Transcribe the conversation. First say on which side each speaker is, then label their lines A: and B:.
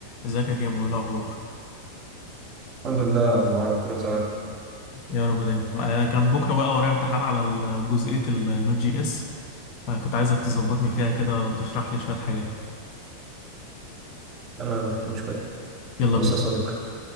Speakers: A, on the left; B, on the right.
A: ازيك يا كيمو ايه الاخبار
B: الحمد لله يا عم عمرو كله تمام
A: يا رب دايما آه كان بكره بقى ورايا امتحان على ال- جزئيه النوت جي اس فكنت عايزك تظبطني فيها كده وتشرح لي شويه حاجات
B: انا مفيش مشكله
A: يلا
B: بص
A: بينا
B: يا صديقي